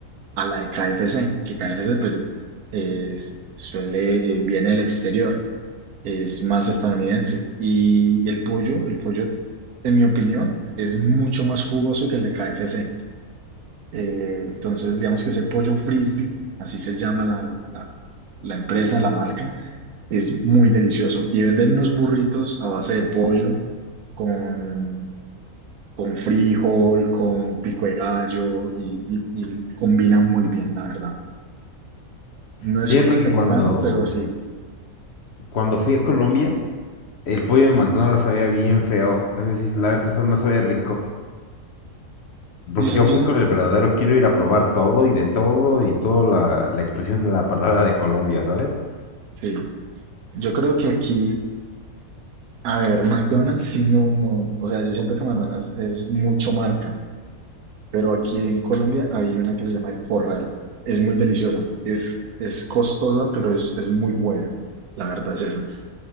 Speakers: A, on the right; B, on the left.
A: a la de KFC, que KFC pues es- suele, eh, viene del exterior, es más estadounidense. Y, el pollo, el pollo, en mi opinión, es mucho más jugoso que el de KFC. Eh, entonces, digamos que ese pollo Frisbee, así se llama la, la la- la empresa, la marca es muy delicioso. Y venden unos burritos a base de pollo con, con frijol, con pico de gallo y, y, y combina muy bien, la verdad. No
B: Fíjate
A: es como el
B: que
A: mexicano,
B: cuando,
A: pero sí.
B: cuando fui a Colombia, el pollo de McDonald's sabía bien feo. Es decir, la neta sa- no sabía rico. Porque
A: Yo, sé-
B: yo
A: yo,
B: fui
A: sé-
B: con el verdadero quiero ir a probar todo y de todo y toda la, la expresión de la palabra de Colombia, ¿sabes?
A: sí. Yo creo que aquí, a ver, McDonald's, sí, no, no. O sea, yo siento que McDonald's es mucho marca, pero aquí en Colombia hay una que se llama El Corral. Es muy deliciosa. Es, es costosa, pero es, es muy buena. La verdad es esa.